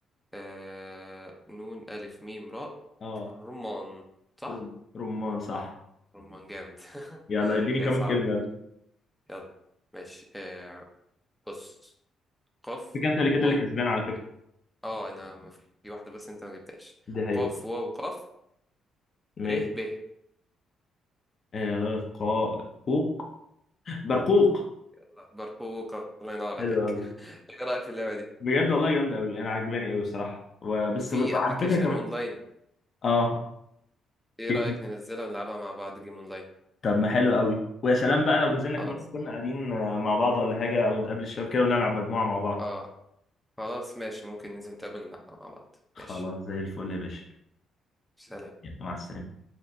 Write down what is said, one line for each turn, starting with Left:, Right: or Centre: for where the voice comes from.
Centre: آه نون ألف ميم راء
Left: اه
Centre: رمان صح
Left: روم رمان صح
Centre: رمان جامد <laughs>
Left: يلا اديني كمان
Centre: يا صعب
Left: كلمة يلا
Centre: يلا ماشي آه بص قاف
Left: فكرة انت اللي
Centre: واو
Left: كده اللي كسبان على فكرة
Centre: اه انا م- في واحدة بس انت ما جبتهاش
Left: دي حقيقة
Centre: قاف واو قاف
Left: ماشي
Centre: ر ب
Left: آه قا قوق برقوق
Centre: يلا، برقوق الله ينور
Left: حلو
Centre: عليك
Left: قوي
Centre: <laughs> ايه رأيك في اللعبة دي
Left: بجد والله جامدة قوي انا عجباني قوي بصراحة و- بس
Centre: في
Left: بس على
Centre: ابلكيشن
Left: فكرة كمان
Centre: اونلاين
Left: اه
Centre: ايه
Left: في
Centre: رأيك ننزلها ونلعبها مع بعض جيم اونلاين
Left: طب ما حلو قوي ويا سلام بقى لو نزلنا
Centre: خلاص
Left: كمان كنا قاعدين آه، مع بعض ولا حاجة او نتقابل الشباب كده ونلعب مجموعة مع بعض
Centre: اه خلاص ماشي ممكن ننزل نتقابل نلعبها مع بعض
Left: خلاص
Centre: ماشي
Left: زي الفل يا باشا
Centre: سلام
Left: يلا مع السلامة